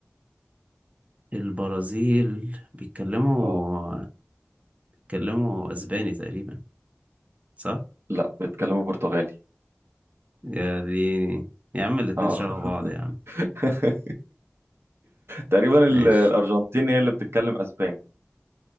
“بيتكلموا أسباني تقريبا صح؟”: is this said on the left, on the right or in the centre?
Right